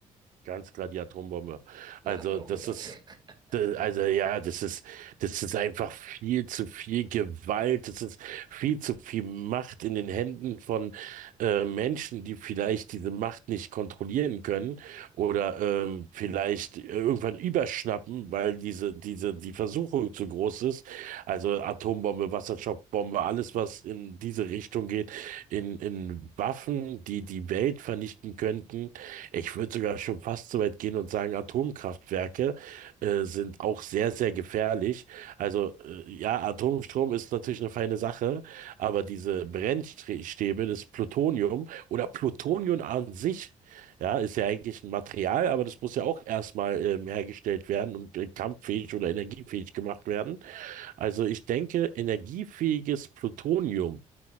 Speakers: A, on the right (about 70°); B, on the right (about 30°).
A: Ganz klar die Atombombe.
B: Ja,
A: Also
B: habe ich auch
A: das
B: gesagt.
A: ist,
B: <laughs>
A: d- also ja, das ist, das ist einfach viel zu viel Gewalt, das ist viel zu viel Macht in den Händen von äh, Menschen, die vielleicht diese Macht nicht kontrollieren können oder ähm, vielleicht irgendwann überschnappen, weil diese, diese, die Versuchung zu groß ist. Also Atombombe, Wasserstoffbombe, alles, was in diese Richtung geht, in, in Waffen, die die Welt vernichten könnten ich würde sogar schon fast so weit gehen und sagen, Atomkraftwerke äh, sind auch sehr, sehr gefährlich. Also äh, ja, Atomstrom ist natürlich eine feine Sache, aber diese Brennstäbe, das Plutonium oder Plutonium an sich, ja, ist ja eigentlich ein Material, aber das muss ja auch erstmal ähm, hergestellt werden und äh, kampffähig oder energiefähig gemacht werden. Also ich denke, energiefähiges Plutonium